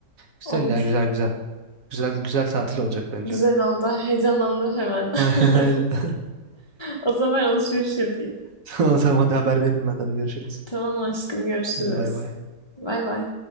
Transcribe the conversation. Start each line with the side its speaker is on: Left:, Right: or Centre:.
Right: Güzel
Left: Olur.
Right: ya güzel güzel. Güzel güzel tatil olacak bence.
Left: Güzel oldu. Heyecanlandım hemen.
Right: <laughs>
Left: <laughs>
Right: Aynen aynen. <laughs>
Left: O zaman ben alışveriş yapayım.
Right: Tamam tamam hadi haber veririm ben sana görüşürüz.
Left: Tamam aşkım. Görüşürüz.
Right: Hadi bay bay.
Left: Bay bay.